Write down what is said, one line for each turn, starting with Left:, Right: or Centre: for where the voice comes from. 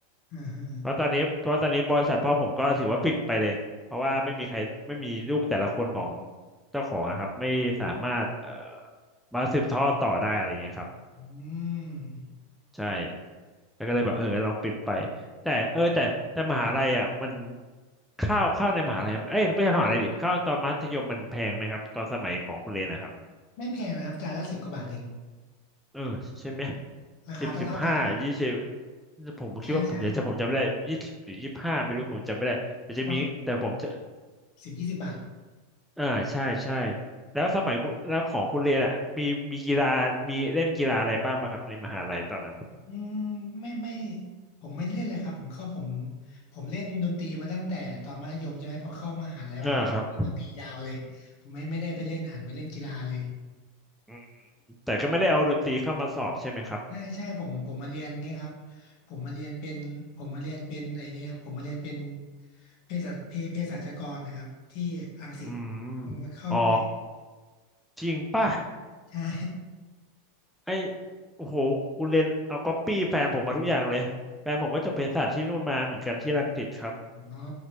Left: อ่าฮะ
Centre: เพราะตอนนี้เพราะตอนนี้บริษัทพ่อผมก็ถือว่าปิดไปเลยเพราะว่าไม่มีใครไม่มีลูกแต่ละคนของเจ้าของนะครับไม่สามารถเอ่อมาสืบทอดต่อได้อะไรเงี้ยครับ
Left: อืม
Centre: ใช่ แล้วก็เลยแบบเออลองปิดไป
Left: อืม
Centre: แต่เออแต่แต่มหาลัยอ่ะมันข้าวข้าวในมหาลัยเอ้ยไม่ใช่มหาลัยดิข้าวตอนมัธยมมันแพงไหมครับตอนสมัยของคุณเรนนะครับ
Left: ไม่แพงนะครับจานละสิบกว่าบาทเอง
Centre: เออใช่ไหม
Left: ราคาเท่าเท่ากันหรือเปล่า
Centre: สิบสิบห้ายี่สิบผมคิดว่าผมจะจะผมจำไม่ได้ยี่สิบหรือยี่สิบห้าไม่รู้ผมจำไม่ได้แต่จะมีแต่ผมจะ
Left: ใช่ใช่วันสิบยี่สิบบาท
Centre: อ่าใช่ใช่แล้วสมัยคุณแล้วของคุณเรยนอ่ะมีมีกีฬามีเล่นกีฬาอะไรบ้างปะครับในมหาลัยตอนนั้น
Left: อืมไม่ไม่ผมไม่ได้เล่นเลยครับผมเข้าผมผมเล่นดนตรีมาตั้งแต่ตอนมัธยมใช่ไหมพอเข้ามหาลัยมาผมเล่นดนตรียาวเลยผมไม่ไม่ได้ไปเล่นหันไปเล่นกีฬาเลย
Centre: อ่าครับอืมแต่ก็ไม่ได้เอาดนตรีเข้ามาสอบใช่ไหมครับ
Left: ใช่ใช่ผมผมมาเรียนเนี่ยครับผมมาเรียนเป็นผมมาเรียนเป็นไอเนี่ยผมมาเรียนเป็นเภสัชเภเภสัชกรนะครับที่รังสิตผมมาเข้าเป
Centre: อืมอ๋อ จริงป่ะ
Left: ใช่
Centre: ไอโอ้โหกูเรียนเอาก๊อปปี้แฟนผมมาทุกอย่างเลยแฟนผมก็จบเภสัชที่นู่นมาเหมือนกันที่รังสิตครับ
Left: อ๋อ